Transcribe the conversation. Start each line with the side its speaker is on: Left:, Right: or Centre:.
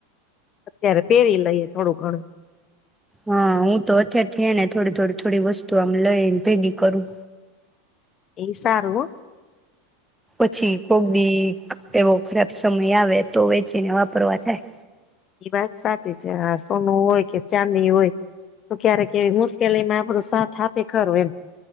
Left: અત્યારે પેરી લઈએ થોડું ઘણું.
Centre: હા હું તો અત્યારે થઈ ને થોડી થોડી થોડી વસ્તુ આમ લઈને ભેગી કરું.
Left: એ સારું.
Centre: પછી કોકી એવો ખરાબ સમય આવે તો વેચીને વાપરવા થાય.
Left: એ વાત સાચી છે હા સોનું હોય કે ચાંદની હોય તો ક્યારેક કેવી મુશ્કેલીમાં આપણો સાથ આપે ખરું એમ.